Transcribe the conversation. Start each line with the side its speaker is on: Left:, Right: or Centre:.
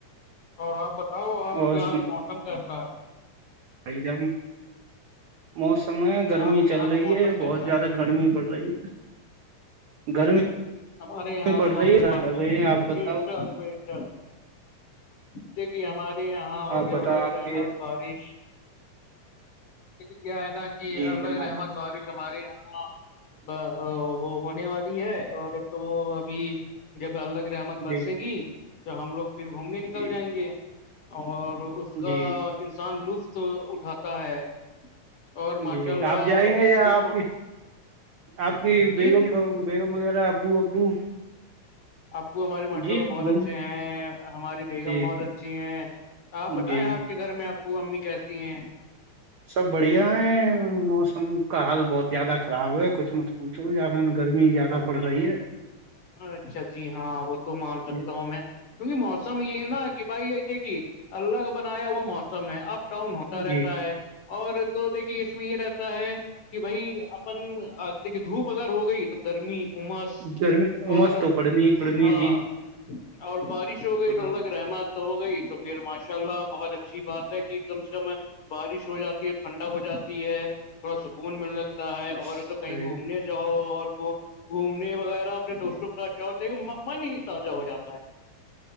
Left: اور آپ بتاؤ آپ
Right: اور
Left: کے یہاں کا موسم کیسا ہے
Right: آ ج موسم ہے گرمی
Left: آپ کے
Right: چل
Left: یہاں
Right: رہی
Left: کا موسم
Right: ہے
Left: کیسا
Right: بہت زیادہ
Left: ہے
Right: گرمی پڑ رہی ہے گرمی
Left: ہمارے یہاں
Right: پڑ
Left: کا
Right: رہی
Left: موسم
Right: ہے کر رہے ہیں آپ بتاؤ
Left: بی ش بی ش دیک کہ ہمارے یہاں ہوگی
Right: آپ بتاؤ
Left: اللہ کی
Right: آپ
Left: رحمت
Right: کے
Left: بارش کیا ہے نا کہ
Right: جی
Left: الگ
Right: جناب
Left: رحمت بارش ہمارے یہاں وہ ہونے والی ہے اور تو وہ ابھی جب اللہ رحمت برسے
Right: جی
Left: گی تو ہم لوگ پھر گھومنے نکل
Right: جی
Left: جائیں گے اور اس کا
Right: جی
Left: انسان لطف اٹھاتا ہے اور ماشاء
Right: جی
Left: اللہ
Right: آپ جائیں گے یا
Left: یہ
Right: آپ
Left: ما...
Right: کی آپ کی
Left: جی
Right: بیگم <unintelligible> بیگ وغیرہ ابو ابو
Left: ابگو ہمارے ماشاء
Right: جی
Left: اللہ
Right: گھوم
Left: بہت اچھے ہیں ہماری بیگم
Right: جی
Left: بہت اچھی ہے آپ بتائیں
Right: جی
Left: آپ کے گھر میں ابو امی کیسی ہیں
Right: سب بڑھیا ہے موسم کا حال بہت زیادہ خراب ہے کچھ مت پوچھ چ جخان گرمی زیادہ پڑ رہی ہے
Left: اچھا جی ہاں وہ تو مان سکتا
Right: جی
Left: ہوں میں کیونکہ موسم یہ ہے نا کہ بھائی ای تھے کہ الگ بنایا وہا موسم ہے اپ ڈاؤن ہوتا رہتا
Right: جی
Left: ہے اور دو دیکھیے اس میں یہ رہتا ہے کہ بھائی اپن دیکھیے دھوپ اگر ہو گئی تو گرمی امس
Right: گرمی
Left: اور
Right: مس تو پڑنی ہی پڑھنی
Left: ہاں
Right: ہے جی
Left: اور بارش ہو
Right: خدا
Left: گئی تو اللہ کی رحمت ہو گئی تو پھر ماشاء اللہ بہت اچھی بات ہے کہ <unintelligible> کم سے کم بارش ہو جاتی ہے ٹھنڈا ہو جاتی ہے تھوڑا سکون مل ج ہے تا ہے
Right: صحیح
Left: اور تو کہیں گھومنے
Right: ہے،
Left: جاؤ اور گھومنے وغیرہ اپنے دوستوں کے ساتھ جاؤتا ہے من ہی تازہ ہو جاتا ہے <unintelligible>